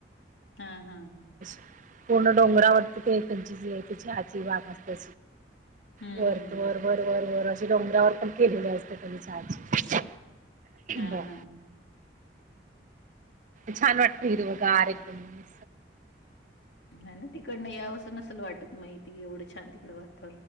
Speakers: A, on the left; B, on the right.
A: हा हा हम्म
B: <unintelligible> पूर्ण डोंगरावरती ते तेंची जी आहे ती चहाची बाग असते.
A: हम्म
B: वर वर
A: हम्म
B: वर वर वर अशी डोंगरावर पण केलेल असते चहाची.
A: हां
B: बर
A: हां.
B: छान वाटत हिरव गार एकदम-
A: हं ना, तिकडन यावसं नसल वाटत, म् इथ एवढं छान तिकडे वाट